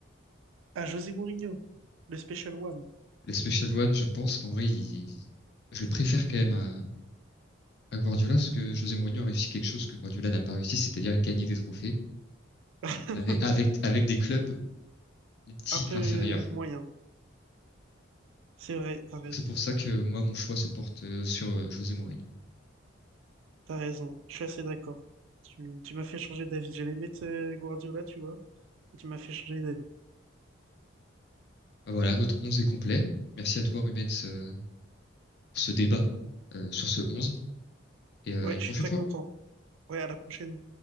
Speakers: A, on the right (about 75°); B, on the left (about 55°).
A: À José Mourinho, le Special One.
B: Le Special One, je pense qu'en vrai, il- il- je le préfère quand même à, à Guardiola, parce que José Mourinho a réussi quelque chose que Guardiola n'a pas réussi, c'est-à-dire gagner des trophées
A: <laughs>
B: avec, avec, avec des clubs dits
A: Un peu
B: inférieurs.
A: moyen. C'est vrai, t'as raison.
B: Donc c'est pour ça que moi, mon choix se porte euh, sur euh, José Mourinho.
A: T'as raison, je suis assez d'accord. Tu, tu m'as fait changer d'avis. J'allais mettre euh, Guardiola, tu vois, et tu m'as fait changer d'avis.
B: Ah, voilà, notre 11 est complet. Merci à toi, Rubens, euh, pour ce débat euh, sur ce 11 et euh,
A: Ouais,
B: à une
A: je
B: prochaine
A: suis très
B: fois.
A: content. Ouais, à la prochaine.